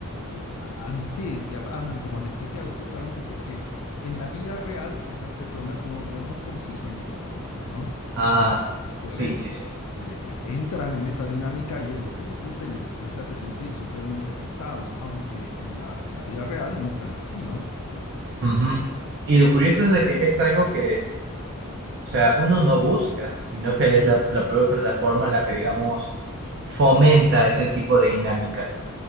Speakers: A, on the left; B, on the right.
A: eh, a- anestesia, andan como anestesiados, justamente porque en la vida real estas personas no, no, no consiguen esa aprobación, ¿no?
B: Ah,
A: Y en las redes
B: sí, sí, sí.
A: sociales eh, eh, entran en esa dinámica y es lo que les gusta y les, les hace sentir socialmente aceptados, aunque en la, en la vida real no están así, ¿no?
B: Ujú. Y lo curioso es de que es algo que, o sea, uno no busca, sino que es la, la propia plataforma la que, digamos, fomenta ese tipo de dinámicas.